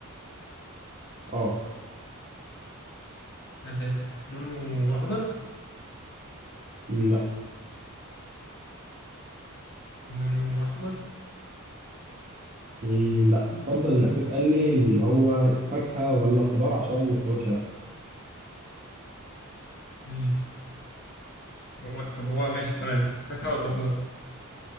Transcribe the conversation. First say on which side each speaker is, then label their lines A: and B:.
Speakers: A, on the right; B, on the left.
A: اه
B: نبات لونه اخضر
A: مم، لا
B: لونه احمر
A: مم، لا يفضل انك تسالني ان هو فاكهه ولا خضار عشان ما تتوهش نفسك
B: مم. هو طب هو ماشي تمام فاكهه ولا اخضر